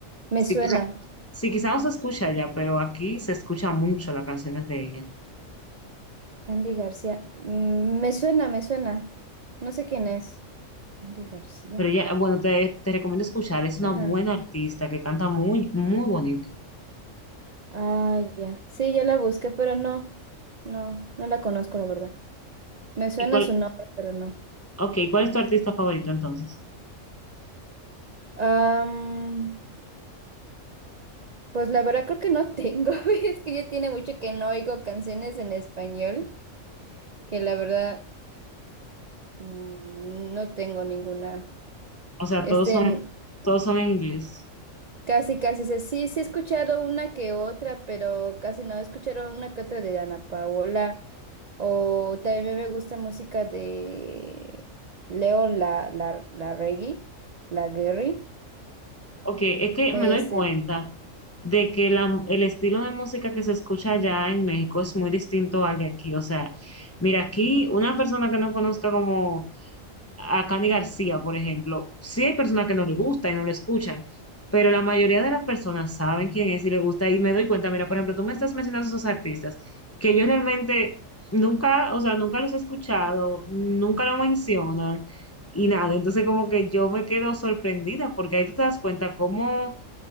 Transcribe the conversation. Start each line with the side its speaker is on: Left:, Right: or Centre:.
Right: Me
Left: Sí,
Right: suena,
Left: quizá, sí, quizá no se escucha ya, pero aquí se escucha mucho las canciones de ella.
Right: Candy García. Mm, me suena, me suena. No sé quién es. Candy García.
Left: Pero ella, bueno, te, te recomiendo escuchar, es una
Right: Ajá.
Left: buena artista que canta muy, muy bonito.
Right: Ah, ya. Sí, ya la busqué, pero no, no, no la conozco, la verdad. Me suena
Left: ¿Y cuál,
Right: su nombre, pero no.
Left: okay cuál es tu artista favorito entonces?
Right: Am, pues la verdad creo que no tengo, <laughs> es que ya tiene mucho que no oigo canciones en español, que la verdad mm, no tengo ninguna.
Left: O sea,
Right: Este,
Left: todos son,
Right: en-
Left: todos son en inglés.
Right: casi, casi, sé, sí, sí he escuchado una que otra, pero casi no he escuchado una que otra de Dana Paola, o también me gusta música de León, la, la, la Reggae, la Guerri,
Left: Ok, es que
Right: este,
Left: me doy cuenta de que la, el estilo de música que se escucha allá en México es muy distinto al de aquí. O sea, mira, aquí una persona que no conozca como a Candy García, por ejemplo, sí hay personas que no le gusta y no lo escuchan, pero la mayoría de las personas saben quién es y le gusta y me doy cuenta, mira, por ejemplo, tú me estás mencionando esos artistas que yo realmente nunca, o sea, nunca los he escuchado, nunca lo mencionan y nada, entonces como que yo me quedo sorprendida porque ahí tú te das cuenta cómo